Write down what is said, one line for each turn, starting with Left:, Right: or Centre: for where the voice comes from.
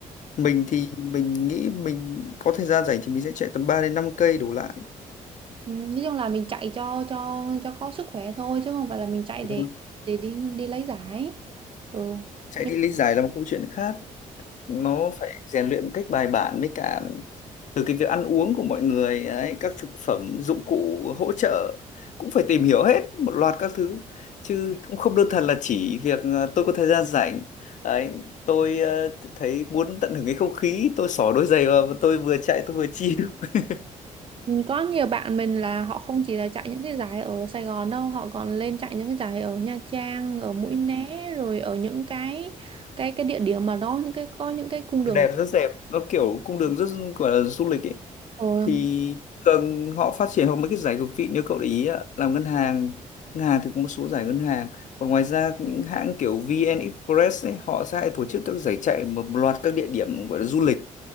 Left: mình thì mình nghĩ mình có thời gian rảnh thì mình sẽ chạy tầm 3 đến 5 cây đổ lại
Right: Ừ, nói chung là mình chạy cho cho cho có sức khỏe thôi chứ không phải là mình chạy
Left: Đúng
Right: để
Left: không?
Right: để đi đi lấy giải ừ
Left: chạy
Right: nhưng
Left: đi lý giải là một câu chuyện khác nó phải rèn luyện một cách bài bản với cả từ cái việc ăn uống của mọi người ấy, các thực phẩm dụng cụ hỗ trợ cũng phải tìm hiểu hết một loạt các thứ chứ cũng không đơn thuần là chỉ việc ờ, tôi có thời gian rảnh ấy, tôi ờ, thấy muốn tận hưởng cái không khí tôi xỏ đôi giày vào và tôi vừa chạy tôi vừa chill <laughs>
Right: ừ, có nhiều bạn mình là họ không chỉ là chạy những cái giải ở Sài Gòn đâu họ còn lên chạy những cái giải ở Nha Trang ở Mũi Né rồi ở những cái cái cái địa điểm mà nó những cái có những cái cung đường
Left: đẹp rất đẹp nó kiểu cung đường rất gọi là du lịch ấy
Right: ừ.
Left: thì thường họ phát triển hoặc mấy cái giải cực vị nếu cậu để ý ạ, làm ngân hàng ngân hàng thì có một số giải ngân hàng còn ngoài ra những hãng kiểu VN Express ấy họ sẽ hay tổ chức các giải chạy một loạt các địa điểm gọi là du lịch